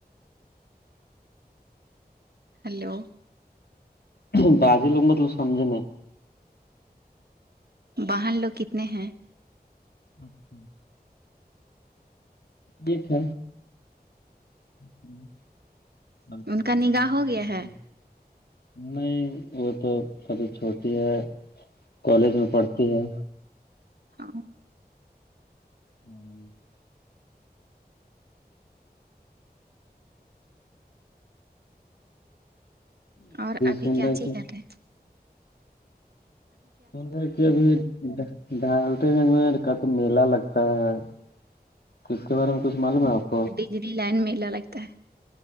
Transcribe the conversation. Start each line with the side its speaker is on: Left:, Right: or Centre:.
Right: ہیلو
Left: ہان باجی لوگ مطلب سمجھے نہیں
Right: بہن لوگ کتنے ہیں
Left: اچھا ایک ہے <unintelligible>
Right: ان کا نگاہ ہو گیا ہے
Left: نہیں وہ تو سبھی چھوٹی ہے کالج میں پڑھتی ہے
Right: ہاں
Left: <unintelligible>
Right: اور ابھی
Left: سن
Right: کیاچیک
Left: رہے کہ
Right: تے
Left: سدھر کہ ابھی ڈالتے <unintelligible> کا تو میلہ لگتا ہے تو اس کے بارے میں کچھ معلوم ہے آپ کو
Right: بجلی لائن میں میلا لگتا ہے